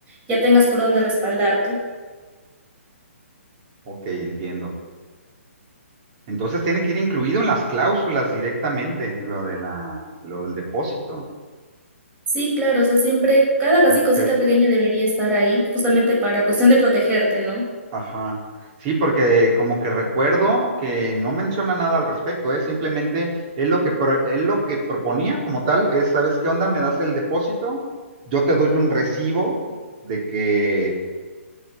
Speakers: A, on the right; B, on the right.
A: ya tengas por dónde respaldarte.
B: Ok, entiendo. Entonces tiene que ir incluido en las cláusulas directamente, lo de la, lo del depósito.
A: Sí, claro, o sea, siempre cada casi
B: Ok,
A: cosita pequeña debería estar ahí justamente para cuestión de protegerte, ¿no?
B: Ajá. Sí, porque como que recuerdo que no menciona nada al respecto, ¿eh? Simplemente él lo que pro- él lo que proponía como tal es, ¿sabes qué onda? Me das el depósito, yo te doy un recibo de que